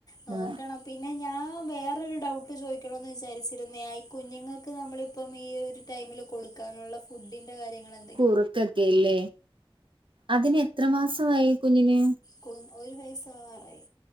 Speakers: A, on the left; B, on the right.
A: നോക്കണം.
B: ആഹ്
A: പിന്നെ ഞാൻ വേറൊരു ഡൗട്ട് ചോയ്ക്കൊണോന്ന് വിചാരിച്ചിരുന്നയാ ഈ കുഞ്ഞുങ്ങൾക്ക് നമ്മളിപ്പം ഈ ഒരു ടൈമിൽ- കൊടുക്കാനുള്ള ഫുഡിന്റെ കാര്യങ്ങളെ
B: കുറുക്കൊക്കെയില്ലേ അതിന് എത്ര മാസമായി കുഞ്ഞിന്.
A: കുഞ്ഞി ഒരു വയസ്സാവാറായി.